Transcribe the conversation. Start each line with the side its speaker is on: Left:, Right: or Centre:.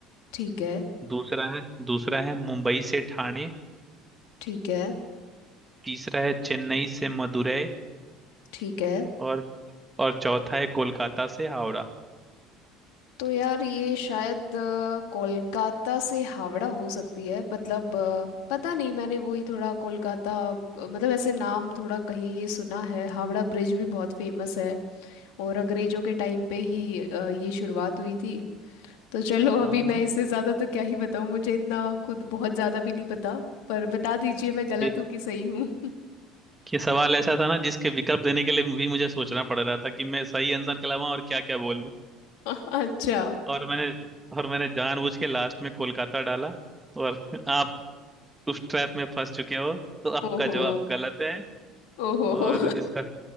Left: ठीक है
Right: दूसरा है दूसरा है मुंबई से ठाणे
Left: ठीक है
Right: तीसरा है चेन्नई से मदुरई
Left: ठीक है
Right: और और चौथा है कोलकाता से हावड़ा
Left: तो यार ये शायद अ, कोलकाता से हावड़ा हो सकती है मतलब अ, पता नहीं मैंने वही थोड़ा कोलकाता अ, मतलब ऐसे नाम थोड़ा कहीं ये सुना है हावड़ा ब्रिज भी बहुत फेमस है और अंग्रेजों के टाइम पे ही अ, ये शुरुआत हुई थी तो चलो
Right: हाँ
Left: अभी मैं इससे ज़्यादा तो क्या ही बताऊँ मुझे इतना खुद बहुत ज़्यादा भी नहीं पता पर बता दीजिए मैं गलत
Right: ये
Left: हूँ कि सही हूँ <laughs>
Right: ये सवाल ऐसा था ना जिसके विकल्प देने के लिए भी मुझे सोचना पड़ रहा था कि मैं सही आंसर के अलावा और क्या क्या बोलूं
Left: अच्छा
Right: और मैंने और मैंने जानबूझ के लास्ट में कोलकाता डाला और आप उस ट्रैप में फंस चुके हो तो आपका
Left: ओहो
Right: जवाब गलत है
Left: ओहो
Right: और
Left: हो।
Right: इसका